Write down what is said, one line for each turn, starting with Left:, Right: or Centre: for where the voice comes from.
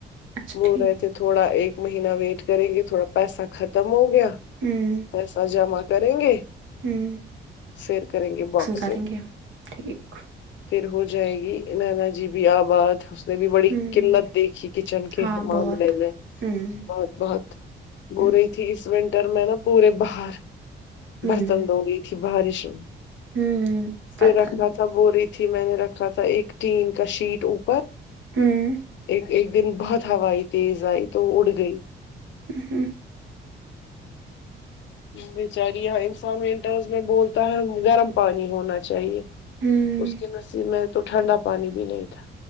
Right: اچھا
Left: بول
Right: ٹھیک
Left: رہے تھے تھوڑا ایک مہینہ ویٹ کریں گے تھوڑا پیسہ ختم ہو گیا
Right: ہوں
Left: پیسہ جمع کریں گے
Right: ہوں
Left: پھر کریں گے باکسنگ
Right: کریں گے ٹھیک
Left: پھر ہو جائے گی نانا جی بھی آباد ایوری بڑی
Right: ہوں
Left: قلت دیکھی کچن کے
Right: ہاں
Left: معاملے
Right: بہت
Left: میں
Right: ہوں
Left: بہت بہت گو
Right: ہوں
Left: رہی تھی اس ونٹر میں نا پورے باہر
Right: ہوں
Left: برتن دھو رہی تھی بارش میں
Right: ہوں
Left: پھر
Right: پتہ
Left: رکھنا تھا بو ری جی میں نے رکھا تھا ایک ٹین کا شیٹ اوپر
Right: ہوں
Left: ایک ایک دن بہت ہوائی تیز آئی تو اڑ گئی
Right: حمم
Left: بیچاری یہاں انفا ونٹرز میں بولتا ہے گرم پانی ہونا چاہیے
Right: ہوں
Left: اس کے نصیب میں تو ٹھنڈا پانی بھی نہیں تھا